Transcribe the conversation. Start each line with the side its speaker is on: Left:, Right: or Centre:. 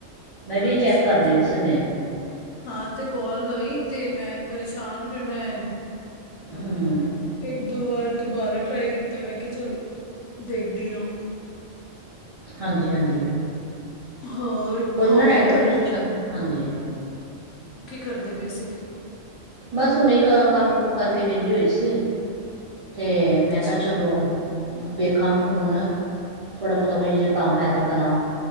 Right: ਮੈਂ ਵੀ
Left: ਅੱਛਾ-ਅੱਛਾ,
Right: ਚੈੱਕ ਕਰਦੀ ਵੀ ਸੀ ਹੁਣੇ
Left: ਹਾਂ, ਤੇ ਕੋਲ ਗਈ ਤੇ ਮੈਂ ਪਰੇਸ਼ਾਨ ਫਿਰ ਮੈਂ
Right: ਹੂੰ
Left: ਇੱਕ-ਦੋ ਵਾਰ ਦੁਬਾਰਾ ਟ੍ਰਾਈ ਕੀਤਾ ਮੈਂ ਕਿਹਾ ਚੱਲ, ਦੇਖਦੀ ਆਂ।
Right: ਹਾਂਜੀ-ਹਾਂਜੀ।
Left: ਹੋਰ
Right: ਕੁਝ
Left: ਹੋ
Right: ਨਾ ਨੈੱਟਵਰਕ
Left: ਗਏ ਤ
Right: ਦੀ ਇਸ਼ੂ ਚੱਲ ਹਾਂਜੀ।
Left: ਕੀ ਕਰਦੇ ਪਏ ਸੀ?
Right: ਬਸ ਹੁਣ ਇੱਕ ਕੰਮ ਕੁਮ ਕਰਕੇ ਵਿਹਲੀ ਹੋਈ ਸੀ ਤੇ
Left: ਅੱਛਾ,
Right: ਮੈਂ ਕਿਹਾ ਚਲੋ। ਵੇਖਾਂ ਫੂਨ ਥੋੜਾ ਬੋਤਾ ਕੋਈ ਜੇ ਕੰਮ ਐ ਤੇ ਕਰਾਂ,